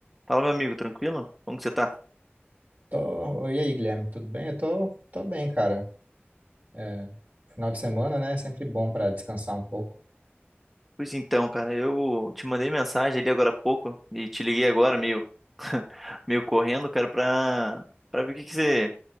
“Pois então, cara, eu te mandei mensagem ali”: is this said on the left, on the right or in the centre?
Centre